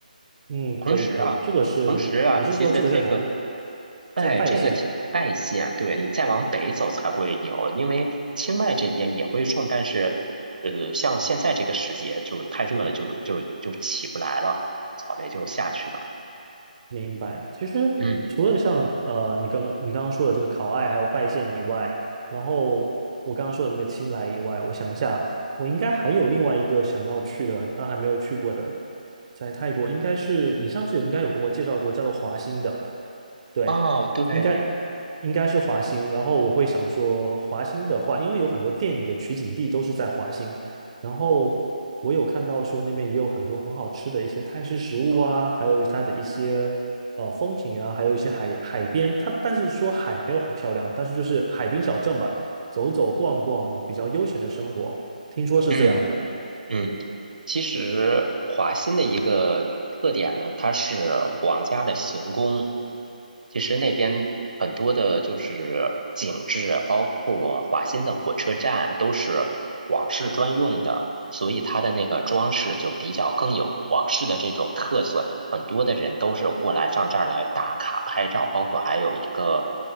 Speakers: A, on the right; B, on the right.
A: 嗯，
B: 同时啊，
A: 可以可以，这个是你是说这个在哪里？
B: 同时啊，其实这个哎，
A: 在拜县
B: 这个其拜县，对，你再往北走才会有，因为清迈这边也会种，但是，呃，像现在这个时节就太热了，就就就起不来了，草莓就下去了。
A: 明白。其实除了像呃，
B: 嗯，
A: 你刚你刚刚说的这个考爱还有拜县以外，然后我刚刚说的那个青莱以外，我想一下，我应该还有另外一个想要去的，但还没有去过的，在泰国应该是你上次也应该有跟我介绍过，叫做华欣的。对，
B: 哦，对，
A: 应该应该是华欣。然后我会想说，华欣的话，因为有很多电影的取景地都是在华欣。然后我有看到说那边也有很多很好吃的一些泰式食物啊，还有它的一些呃风景啊，还有一些海海边。它但是说海没有很漂亮，但是就是海滨小镇吧，走走逛逛，比较悠闲的生活，听说是这样的。
B: 嗯。嗯，其实华欣的一个特点呢，它是皇家的行宫。其实那边很多的就是景致，包括华欣的火车站都是皇室专用的，所以它的那个装饰就比较更有皇室的这种特色。很多的人都是过来上这儿来打卡拍照，包括还有一个